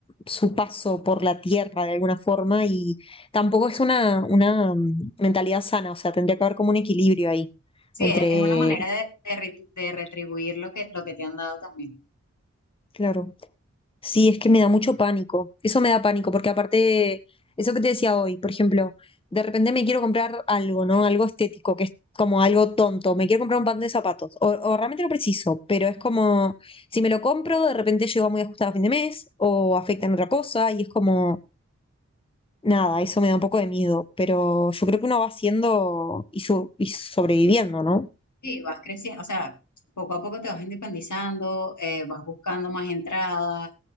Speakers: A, on the left; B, on the left.
A: su paso por la tierra de alguna forma y tampoco es una, una mm, mentalidad sana, o sea, tendría que haber como un equilibrio ahí
B: Sí,
A: entre,
B: es, es una manera de, de re- de retribuir lo que, lo que te han dado también.
A: claro. Sí, es que me da mucho pánico. Eso me da pánico, porque aparte, eso que te decía hoy, por ejemplo, de repente me quiero comprar algo, ¿no? Algo estético, que es como algo tonto. Me quiero comprar un par de zapatos, o, o realmente no preciso, pero es como, si me lo compro, de repente llego muy ajustado a fin de mes, o afecta en otra cosa, y es como, nada, eso me da un poco de miedo. Pero yo creo que uno va haciendo y, su- y sobreviviendo, ¿no?
B: Sí, vas creciendo, o sea, poco a poco te vas independizando, eh, vas buscando más entradas